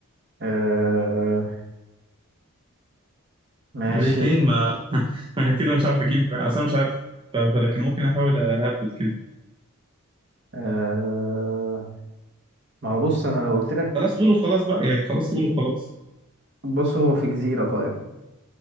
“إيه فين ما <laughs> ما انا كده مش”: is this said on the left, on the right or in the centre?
Right